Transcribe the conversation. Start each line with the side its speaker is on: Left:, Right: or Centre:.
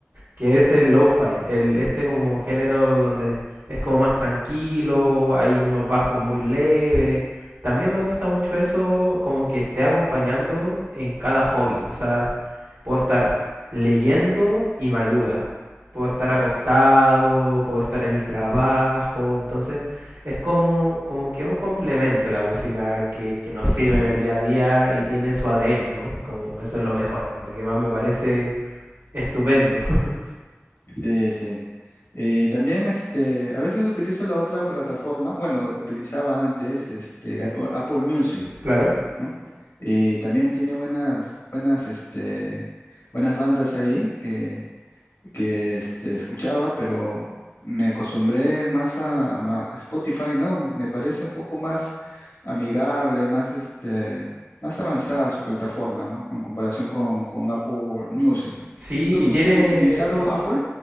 Right: que es el lo-fi, el, este como género donde es como más tranquilo, hay unos bajos muy leves. También me gusta mucho eso, como que esté acompañando en cada hobby. O sea, puedo estar leyendo y me ayuda. Puedo estar acostado, puedo estar en el trabajo. Entonces, es como, como que un complemento la música que, que nos sirve en el día a día y tiene su ADN, ¿no? Como eso es lo mejor, lo que más me parece estupendo, <laughs>
Left: Sí, sí. Eh, también, este, a veces utilizo la otra plataforma, bueno, utilizaba antes, este, Apple, Apple Music,
Right: claro.
Left: ¿no? Y también tiene buenas, buenas, este, buenas bandas ahí que, que este, escuchaba, pero me acostumbré más a, a ma- a Spotify, ¿no? Me parece un poco más amigable, más, este, más avanzada su plataforma, ¿no? En comparación con, con Apple Music.
Right: Sí,
Left: ¿Tú has
Right: y
Left: us-
Right: tiene...
Left: utilizado Apple?